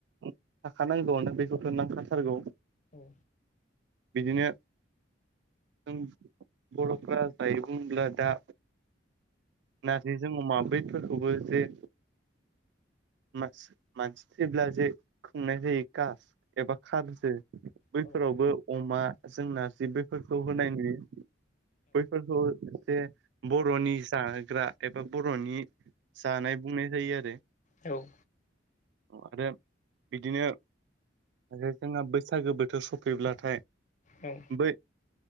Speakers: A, on the right; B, on the left.
A: थाखानांगौ आनो बैखौथ' नांखाथारगौ।
B: औ
A: बिदिनो जों बर'फ्रा जायों बुंब्ला दा नाथाय जों अमाब्रेदफोरखौबो जे मास मानसि थैब्ला जे खुंनाय जायो कास एबा खारजो बैफोरावबो
B: औ औ
A: अमा जों नारजि बैफोरखौ होनाय नुयो। बैफोरखौ जे बर'नि जाग्रा एबा बर'नि जानाय बुंनाय जायो आरो।
B: औ।
A: आरो बिदिनो आरो जोंहा बैसागो बोथोर सफैब्लाथाय
B: औ
A: बै